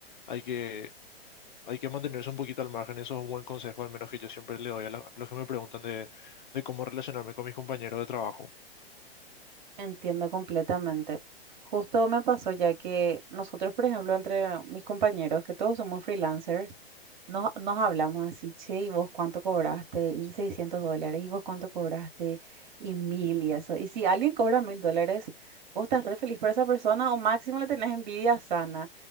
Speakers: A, on the left (about 50°); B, on the right (about 50°).
A: hay que hay que mantenerse un poquito al margen, eso es un buen consejo, al menos que yo siempre le doy a, la- a los que me preguntan de, de cómo relacionarme con mis compañeros de trabajo.
B: Entiendo completamente. Justo me pasó ya que nosotros, por ejemplo, entre mis compañeros, que todos somos freelancers, nos, nos hablamos así, che, ¿y vos cuánto cobraste? Y 600 dólares, ¿y vos cuánto cobraste? Y mil y eso. Y si alguien cobra mil dólares, vos estás re feliz por esa persona o máximo le tenés envidia sana.